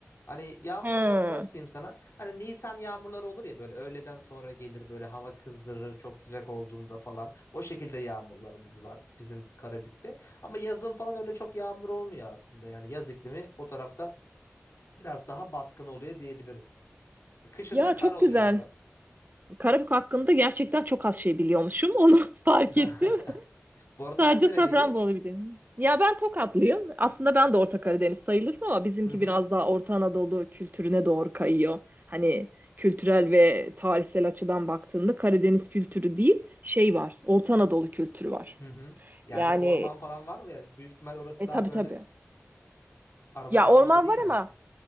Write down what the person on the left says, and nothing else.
Hani yağmur
olarak nasıl diyeyim sana? Hani Nisan yağmurları olur ya böyle öğleden sonra gelir böyle hava kızdırır çok sıcak olduğunda falan. O şekilde yağmurlarımız var bizim Karabük'te. Ama yazın falan öyle çok yağmur olmuyor aslında. Yani yaz iklimi o tarafta biraz daha baskın oluyor diyebilirim. E, Kışında
kar
oluyor
arada.
<laughs>
Bu arada
sen nereliydin?
Hı hı.
Hı hı. Yani
orman falan var mı ya? Büyük ihtimal orası
daha
böyle
arada
kalmış
dedin
ya.